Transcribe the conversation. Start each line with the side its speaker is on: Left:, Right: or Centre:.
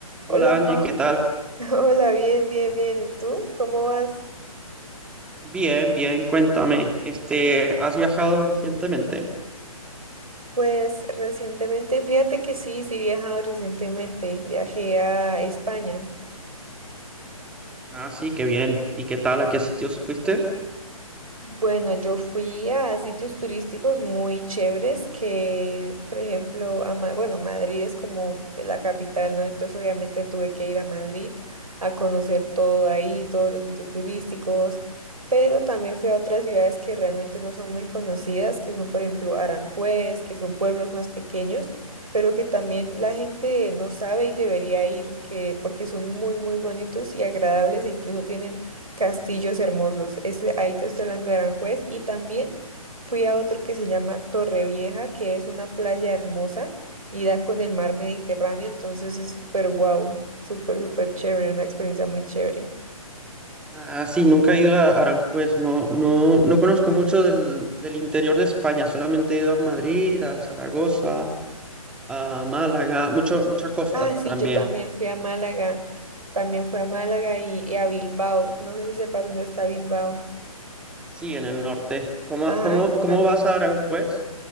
Right: Hola,
Centre: Hola
Right: Ma.
Centre: Angie, ¿qué tal?
Right: <laughs> Hola, bien, bien, bien. ¿Y tú? ¿Cómo vas?
Centre: Bien, bien, cuéntame, este, ¿has viajado recientemente?
Right: Pues recientemente, fíjate que sí, sí he viajado recientemente. Viajé a España.
Centre: Ah, sí, qué bien. ¿Y qué tal? ¿A qué sitios fuiste?
Right: Bueno, yo fui a sitios turísticos muy chéveres que, por ejemplo, a Ma- bueno, Madrid es como la capital, ¿no? Entonces obviamente tuve que ir a Madrid a conocer todo ahí, todos los sitios turísticos, pero también fui a otras ciudades que realmente no son muy conocidas, que son, por ejemplo, Aranjuez, que son pueblos más pequeños, pero que también la gente no sabe y debería ir, que, porque son muy, muy bonitos y agradables, e incluso tienen Castillos hermosos. Ese, ahí te estoy hablando de Aranjuez. Y también fui a otro que se llama Torrevieja, que es una playa hermosa y da con el mar Mediterráneo. Entonces es súper guau, súper, súper chévere, una experiencia muy chévere.
Centre: Ah, sí, nunca he ido a Aranjuez, no, no, no conozco mucho del, del interior de España, solamente he ido a Madrid, a Zaragoza, a Málaga, mucho, mucha costa
Right: Ah, sí,
Centre: también,
Right: yo también fui a Málaga. También fui a Málaga y, y a Bilbao. No sé si sepas dónde está Bilbao.
Centre: sí, en el norte. ¿Cómo,
Right: Ajá,
Centre: cómo,
Right: totalmente.
Centre: cómo vas a Aranjuez?